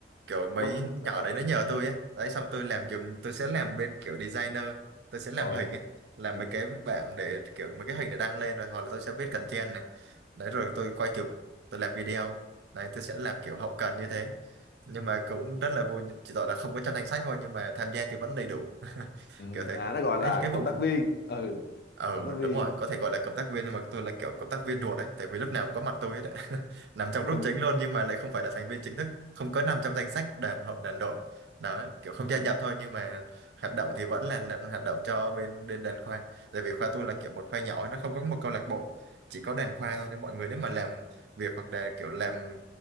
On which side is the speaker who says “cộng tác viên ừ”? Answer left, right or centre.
Left